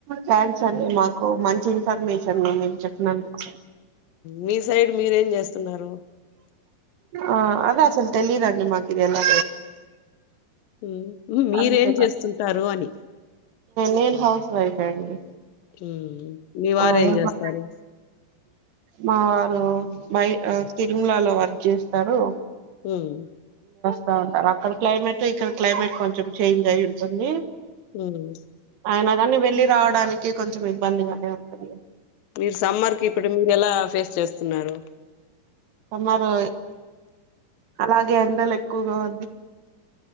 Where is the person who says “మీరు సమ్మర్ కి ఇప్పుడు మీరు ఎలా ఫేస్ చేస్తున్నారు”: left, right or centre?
Left